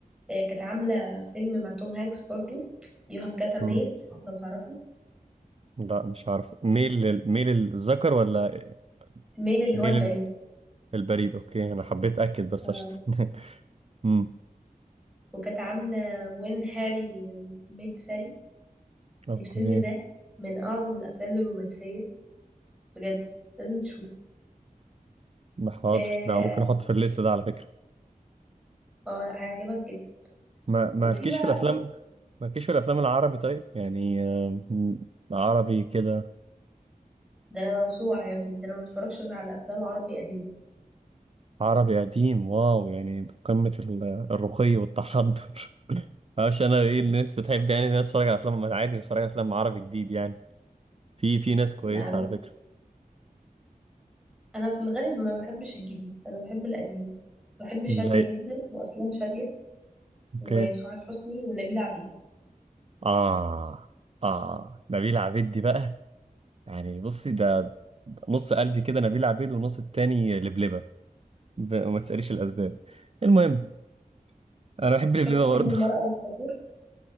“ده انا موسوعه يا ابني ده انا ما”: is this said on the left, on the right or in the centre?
Centre